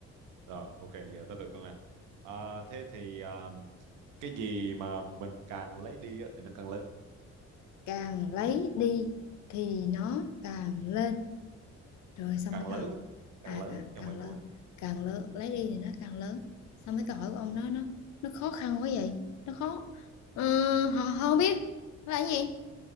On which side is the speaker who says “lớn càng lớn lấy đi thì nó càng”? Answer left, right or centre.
Left